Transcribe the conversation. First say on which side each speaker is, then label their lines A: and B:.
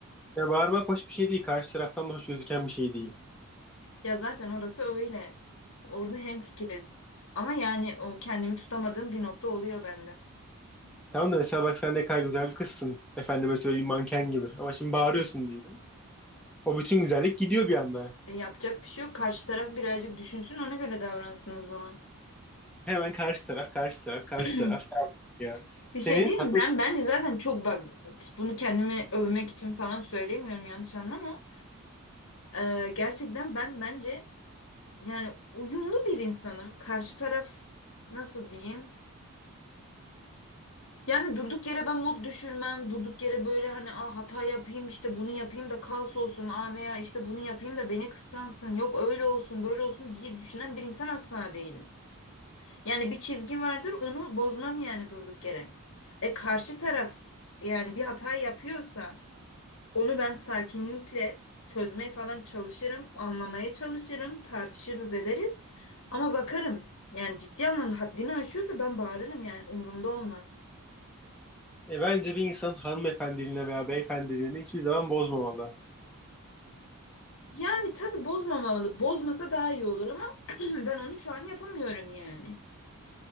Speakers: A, in the centre; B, on the left.
A: Yani bağırmak hoş bir şey değil. Karşı taraftan da hoş gözüken bir şey değil.
B: Ya zaten orası öyle. Orada hemfikiriz. Ama yani o kendimi tutamadığım bir nokta oluyor bende.
A: Tamam da mesela bak sen ne kadar güzel bir kızsın. Efendime söyleyeyim manken gibi. Ama şimdi bağırıyorsun diyelim. O bütün güzellik gidiyor bir anda.
B: E, yapacak bir şey yok. Karşı taraf birazcık düşünsün ona göre davransın o zaman.
A: Hemen karşı taraf, karşı taraf, karşı
B: <clears throat>
A: taraf. Ya senin
B: Bir şey değil
A: hanım
B: mi? Ben bence zaten çok bak bunu kendimi övmek için falan söylemiyorum yanlış anlama. Ee, gerçekten ben bence yani uyumlu bir insanım. Karşı taraf nasıl diyeyim? Yani durduk yere ben mod düşürmem. Durduk yere böyle hani ah hata yapayım işte bunu yapayım da kaos olsun. Aa veya işte bunu yapayım da beni kıskansın. Yok öyle olsun böyle olsun diye düşünen bir insan asla değilim. Yani bir çizgi vardır onu bozmam yani durduk yere. E karşı taraf yani bir hata yapıyorsa Onu ben sakinlikle çözmeye falan çalışırım, anlamaya çalışırım, tartışırız ederiz. Ama bakarım yani ciddi anlamda haddini aşıyorsa ben bağırırım yani umurumda olmaz.
A: E, bence bir insan hanımefendiliğine veya beyefendiliğine hiçbir zaman bozmamalı.
B: Yani tabii bozmamalı. Bozmasa daha iyi olur ama <clears throat> ben onu şu an yapamıyorum yani.